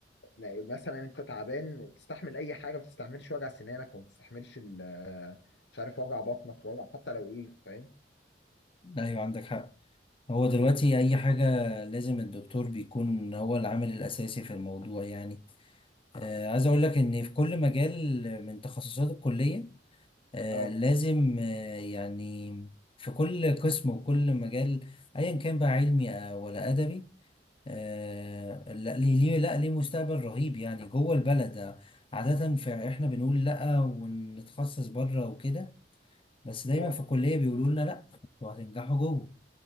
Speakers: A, on the left (about 80°); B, on the left (about 30°).
A: لا مثلا انت تعبان تستحمل اي حاجه ما تستحملش وجع سنانك وما تستحملش ال- مش عارف وجع بطنك وجع حتى لو ايه فاهم
B: لا ايوه عندك حق هو دلوقتي اي حاجة لازم الدكتور بيكون هو العامل الاساسي في الموضوع يعني آه، عايز اقول لك ان في كل مجال من تخصصات الكلية آه،
A: اه
B: لازم آه، يعني في كل قسم وكل مجال ايا كان بقى علمي آه، ولا ادبي آه، لا ليه ليه- لا ليه مستقبل رهيب يعني جوه البلد آه، عادة في احنا بنقول لا ونتخصص بره وكده بس دايما
A: اه
B: في الكلية بيقولوا لنا لا وهتنجحوا جوه